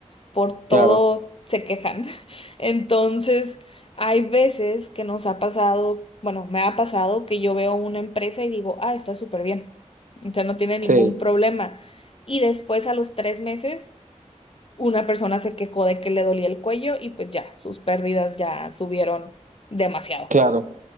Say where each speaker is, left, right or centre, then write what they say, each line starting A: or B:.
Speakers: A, on the left; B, on the right.
A: por todo
B: claro,
A: se quejan. <laughs> Entonces, hay veces que nos ha pasado, bueno, me ha pasado que yo veo una empresa y digo, ah, está súper bien, o sea, no tiene ningún
B: sí,
A: problema. Y después a los tres meses, una persona se quejó de que le dolía el cuello y pues ya, sus pérdidas ya subieron demasiado.
B: claro.